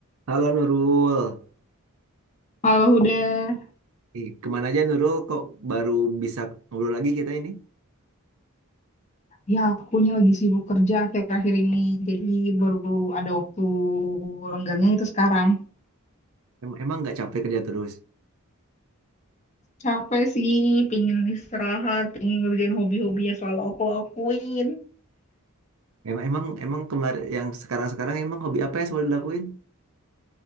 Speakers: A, on the right (about 70°); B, on the left (about 35°).
A: Halo Nurul,
B: Halo udah,
A: Ih, kemana aja Nurul? Kok baru bisa ngobrol lagi kita ini?
B: ya akunya lagi sibuk kerja akhir-akhir ini, jadi baru ada waktu lenggangnya itu sekarang.
A: Em- Emang nggak capek kerja terus?
B: Capek sih, pingin istirahat, pingin ngerjain hobi-hobi yang selalu aku lakuin.
A: Emang emang emang kemarin yang sekarang-sekarang emang hobi apa yang selalu dilakuin?